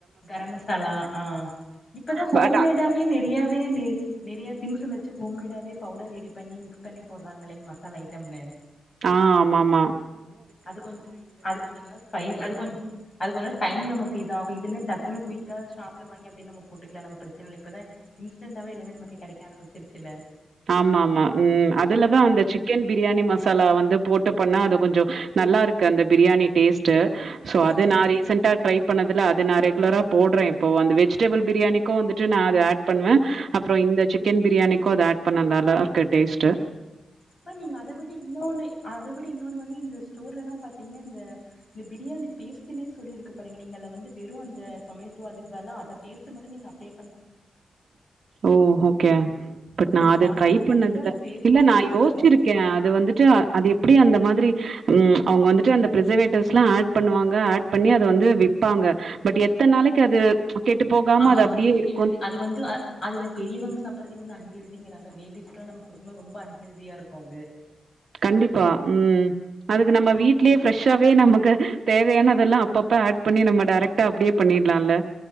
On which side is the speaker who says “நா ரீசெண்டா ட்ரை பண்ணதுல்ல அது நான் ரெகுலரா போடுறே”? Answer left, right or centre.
Right